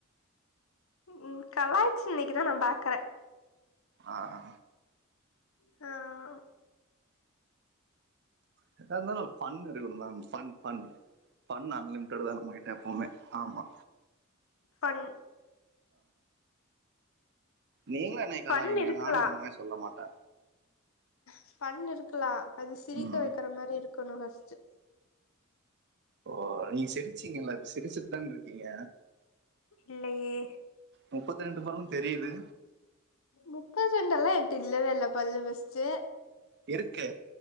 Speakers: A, on the left; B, on the right.
A: ம் கலாய்ச்சு இன்னைக்கி தா நா பாக்குறே
B: ஆ ஆ
A: ஆ
B: என்ன இருந்தாலு ஒரு ஃபன் இருக்கனு ma'am fun fun fun unlimited தா எப்பவுமே ஆமா
A: ஃபன்
B: நீங்களு என்னைக்
A: ஃபன்
B: கலாயிங்க
A: இருக்கலாம்
B: நானு ஒன்னுமே சொல்ல மாட்டே
A: ஃபன் இருக்கலா அது சிரிக்க
B: ம்
A: வைக்கிற மாதிரி இருக்கணு ஃபர்ஸ்ட்டு
B: ஓ நீங்க சிரிச்சிங்கல்ல இப்ப சிரிச்சுட்டு தா இருக்கீங்க
A: இல்லயே
B: முப்பத்து ரெண்டு பல்லு தெரியுது
A: முப்பத்ரெண்டல்லா என்ட்ட இல்லவே இல்ல பல்லு பஸ்ட்டு
B: இருக்கு